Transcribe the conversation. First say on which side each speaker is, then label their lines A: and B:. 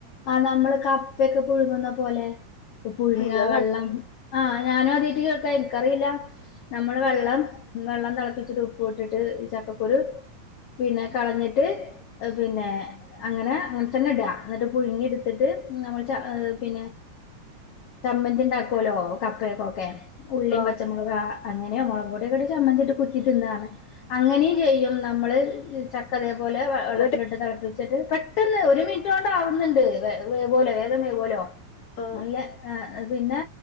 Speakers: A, on the left (about 65°); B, on the left (about 40°).
A: ആഹ് നമ്മള് കപ്പയൊക്കെ പുഴുങ്ങുന്ന പോലെ പുഴുങ്ങ
B: ഞാൻ
A: വെള്ളം
B: കണ്ടില്ല
A: ആഹ് ഞാനും ആദ്യായിട്ട് കേൾക്കാ എനിക്കറിയില്ല നമ്മള് വെള്ളം വെള്ളം തിളപ്പിച്ചിട്ട് ഉപ്പ് ഇട്ടിട്ട് ഈ ചക്കക്കുരു പിന്നെ കളഞ്ഞിട്ട് അത് പിന്നെ അങ്ങനെ അങ്ങനെ തന്നെ ഇട എന്നിട്ട് പുഴുങ്ങി എടുത്തിട്ട് നമ്മൾ ച പിന്നെ ചമ്മന്തി ഉണ്ടാക്കുവല്ലോ കപ്പയക്കൊക്കെ ഉള്ളിയും
B: ആ
A: പച്ചമുളക്കെ അങ്ങനെ മുളകോടൊക്കെ ചമ്മന്തിയിട്ട് കുത്തി തിന്നർഞ് അങ്ങനെയും ചെയ്യും നമ്മള് ചക്കതേ പോലെ വെള്ളത്തിലിട്ട്
B: ഇങ്ങോട്ട്
A: തിളപ്പിച്ചിട്ട് പെട്ടെന്ന് ഒരു മിനിറ്റ് കൊണ്ട ആവുന്നുണ്ട് വേ വേ പോലേ വേഗം വേവോലോ
B: ആ
A: നല്ല ഏഹ് പിന്നെ